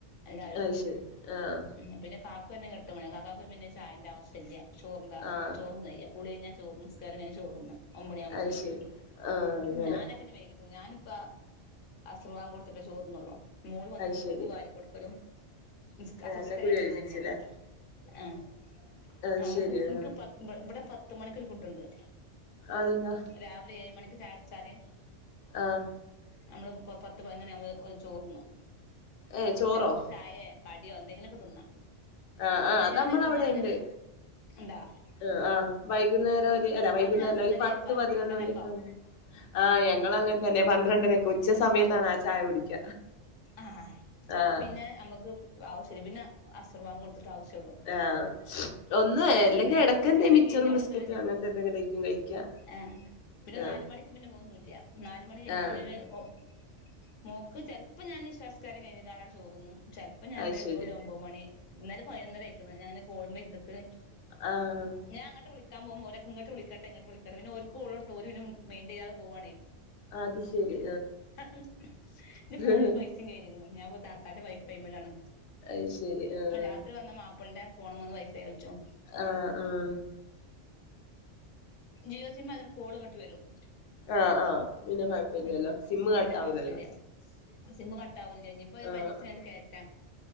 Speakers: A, on the left; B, on the left.
A: എല്ലാരും
B: അത് ശരി ആഹ്
A: ഉം പിന്നെ കാപ്പി ഇക്കും പിന്നെ എട്ട് മണ്യാ കാക്കാക്കും പിന്നെ ചായന്റെ ആവശ്യല്ല ചോറ്ന്നാ
B: ആഹ്
A: ചെയ്യാ കുളി കഴിഞ്ഞാൽ- ചോറ് നസ്കാരം കഴിഞ്ഞാ ചോറിന്നും ഒമ്പതുണിയാവുമ്പത്തിന്
B: അത് ശരി ആഹ് അങ്ങനെ
A: ഞാൻ <unintelligible> ഞാനിപ്പ അസറ്ബാങ്ക് കൊടുത്തിട്ടേ ചോറിന്നുള്ളൂ മോള് വന്നിട്ട്
B: അത് ശരി
A: മോക്ക് വാരി കൊട്ക്കലും- അസ്റ് നിസ്‌കാരം
B: എല്ലാം കൂടി
A: കഴിഞ്ഞട്ടാ
B: ഒരുമിച്ചല്ലേ
A: ചോറിന്നുള്ളു ആഹ്
B: അത്
A: നമുക്ക്
B: ശരി ആഹ്
A: ഇൻക്ക് പ ഇവ്ടെ പത്ത് മണിക്കുരു ഫുഡുണ്ട്-
B: അതെന്താ?
A: രാവിലെ ഏഴ് മണിക്ക് ചായുടിച്ചാല്-
B: ആഹ്
A: നമ്മള് പത്ത് പയിനന്ന്മണി ആവുമ്പൊ ഓല് ചോറ്ന്നു
B: ഏഹ് ചോറോ
A: രാവിൽത്തെ ചായെ കടിയോ എന്തെങ്കിലൊക്കെ തിന്നാ
B: ആഹ് ആഹ്
A: അത് ഞാനാതിന്നണെങ്കില്
B: നമ്മള അവിടെ ഉണ്ട്
A: ഇണ്ടാ-
B: ആഹ് ആഹ് വൈകുന്നേരം ഒരു അല്ല വൈകുന്നേരല്ല
A: ഞാൻ തിന്നല്
B: ഒരു പത്ത്
A: പന്ത്രണ്ടരൊക്കെ
B: പതിനൊന്ന് മണിയൊക്കെ
A: ആവും
B: ആവുമ്പോ ആഹ് ഞങ്ങൾ അങ്ങൻതന്നെ പന്ത്രണ്ടരക്ക് ഉച്ച സമയത്താണ് ആ ചായ കുടിക്ക
A: അ-അ- ആഹ് അപ്പൊ
B: ആഹ്
A: പിന്നെ നമക്ക് ആവശ്യല്ല പിന്നെ അസ്ർഭാങ്ക് കൊടുത്തട്ടാ ആവശ്യുള്ളു.
B: ആഹ് ഒന്ന് എല്ലെങ്കി
A: കഴിഞ്ഞ്
B: ഇടക്ക
A: നിസ്കാരം
B: എന്തെ മിച്ചറും
A: കഴിഞ്ഞ് അവിടെ
B: ബിസ്കറ്റും
A: കേ
B: അങ്ങനത്തെ എന്തെങ്കിലേർക്കും കഴിക്കാ-
A: ഏഹ് പിന്നെ
B: ആഹ്
A: നാല് മണിക്ക് പിന്നെ ഒന്നുല്ല നാല് മണി കഴിഞ്ഞാൽ
B: ആഹ്
A: പിന്നെ ഒരു ഒ മോക്ക് ചെൽപ്പോ ഞാൻ ഇഷാനിസ്കാരം കഴിഞ്ഞ്കാണ്ടങ്ങണ്ട് ചോറന്നും ചെൽപ്പൊ ഞാൻ
B: അത്
A: എന്ത് കാട്ടും
B: ശരി
A: ഒരു ഒൻമ്പത് മണി ഇന്നലെ പതിനൊന്നര ആയക്കണ് ഞാന് കോള്മ്മെ ഇര്ന്നട്ട്
B: ആഹ്-
A: ഞാ അങ്ങട്ട് വിളിക്കാൻ പോവ്‌മ്പോ ഓരൊക്കെ ഇങ്ങട്ട് വിളിക്കട്ടെങ്ങട്ട് വിളിക്കട്ടെ പിന്നോർക്ക് കോള്ട്ടും ഒര് പിന്നെ മെയിന്റിയ്യാതെ പോവാണേ
B: അത് ശരി
A: ൻ്റെ
B: ആഹ്
A: ഫോണില് പൈസ സേം കഴിഞ്ഞക്കുണു ഞാന്പ്പൊ താത്താൻ്റെ വൈഫൈമ്മലാണ്
B: അത് ശരി ആഹ്
A: രാത്രി വന്ന മാപ്പൾന്റെ ഫോണ് മ്മന്ന് വൈഫൈ വലിച്ചും നോക്കി-
B: ആഹ് ആഹ്
A: ജിയോ സിം ആയതോണ്ട് കോള് ഇങ്ങട്ട് വരും-
B: ആഹ് ആഹ് പിന്നെ കുഴപ്പില്ലല്ലോ
A: ഉം
B: സിമ്മ് കട്ട്
A: പിന്നെ
B: ആവുലല്ലോ?
A: കൊഴപ്പല്ല സിമ്മ് കട്ടാവുല്ല ഇനിപ്പൊ
B: ആഹ്
A: പഞ്ചീസം കയ്ഞ്ഞ്ട്ട് കേറ്റാം